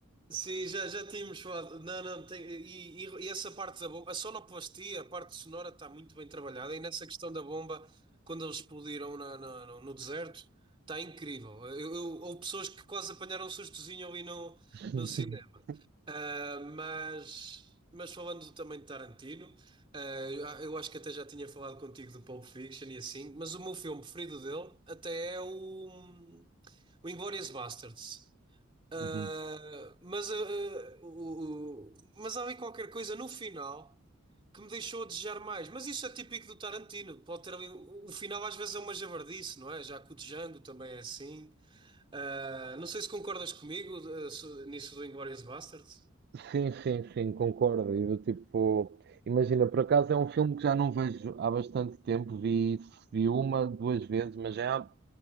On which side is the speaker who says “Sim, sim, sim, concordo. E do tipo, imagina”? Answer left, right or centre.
Right